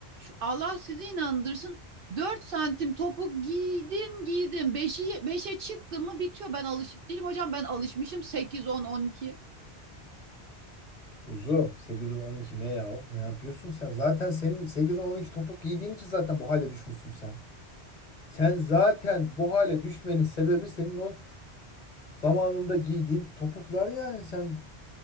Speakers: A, on the right (about 60°); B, on the left (about 40°).
A: Allah sizi inandırsın. 4 santim topuk giydin giydin. beşe 5'e çıktın mı bitiyor. Ben alışık değilim hocam. Ben alışmışım sekiz on on iki
B: Kuzum 8 on on iki ne ya? Ne yapıyorsun sen? Zaten senin 8 on on iki topuk giydiğin için zaten bu hale düşmüşsün sen. Sen zaten bu hale düşmenin sebebi senin o Zamanında giydiğin topuklar yani sen